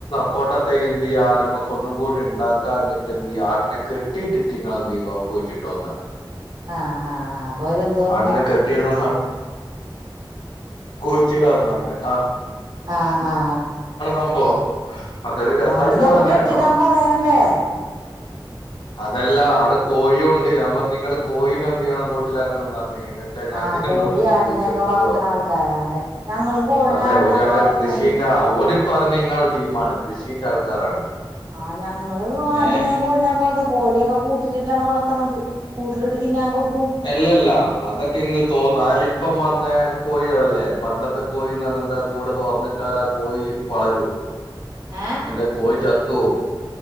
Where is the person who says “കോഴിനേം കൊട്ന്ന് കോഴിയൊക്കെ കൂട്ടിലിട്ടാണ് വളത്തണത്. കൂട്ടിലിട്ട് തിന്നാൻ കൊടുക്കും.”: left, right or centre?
Right